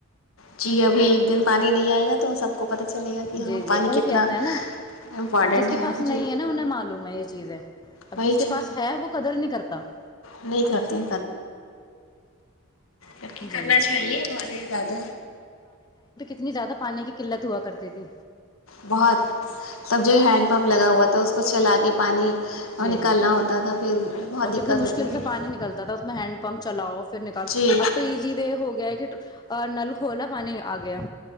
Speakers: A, on the left; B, on the left.
A: جی ابھی ایک دن پانی نہیں آئے گا تو سب کو پتہ چلے گا کہ
B: جی
A: ہاں پانی
B: جی وہی
A: کتنا
B: کہتا ہے نا
A: امپورٹنٹ
B: اب جس کے
A: ہے
B: پاس نہیں
A: جی
B: ہے نا انہیں معلوم ہے یہ چیزیں اب
A: وہی
B: جس
A: چیز
B: کے پاس ہے وہ قدر نہیں کرتا <inaudible>
A: نہیں کرتی جب کی
B: جی
A: کرنا چاہیے بہت ہی زیادہ
B: اتنی زیادہ پانی کی قلت ہوا کرتی تھی
A: بہت سب جگہ ہینڈ پمپ لگا ہوا تھا اس کچھ لگے پانی اور
B: جی
A: نکالنا ہوتا تھا پھر بہت
B: اور
A: دقت
B: کتنی مشکل
A: ہوتی ہے
B: سے پانی نکلتا تھا اس میں ہینڈ پمپ چلاؤ پھر نکالو
A: جی
B: اب تو ایزی وے ہو گیا ہے کہ نل کھول پانی آ گیا